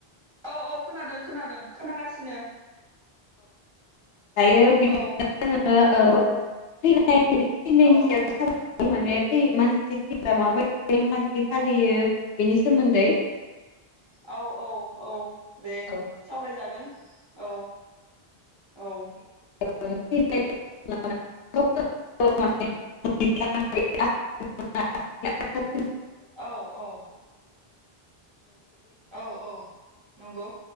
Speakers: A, on the right; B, on the left.
A: औ औ खोनादों खोनादों खोनागासिनो।
B: दायो बिदिब्ला
A: औ
B: जोङो ‌। <unintelligible>
A: औ
B: <unintelligible> माने मानसि थैयोब्ला माबायदि नेमखान्थि फालियो बेनि सोमोन्दै?
A: औ औ औ दे
B: औ
A: सावरायजागोन औ औ
B: <inaudible>
A: औ औ औ औ नंगौ